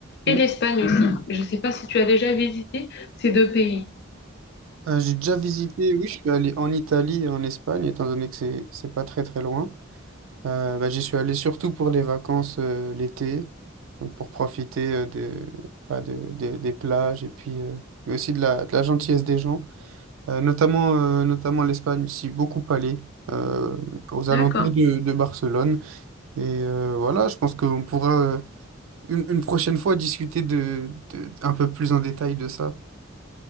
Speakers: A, on the right; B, on the left.
A: Hmm.
B: Et l'Espagne aussi. Je ne sais pas si tu as déjà visité ces deux pays.
A: Euh, j'ai déjà visité, oui, je suis allé en Italie et en Espagne, étant donné que c'est c'est pas très très loin. Euh, bah, j'y suis allé surtout pour les vacances euh, l'été, donc pour profiter euh, de, bah, de- de- des plages et puis euh, mais aussi de la, de la gentillesse des gens, Euh, notamment, euh, notamment l'Espagne, j'y suis beaucoup allé euh, aux
B: D'accord.
A: alentours de, de Barcelone. Et euh, voilà, je pense qu'on pourra euh, une, une prochaine fois discuter de, de- un peu plus en détail de ça.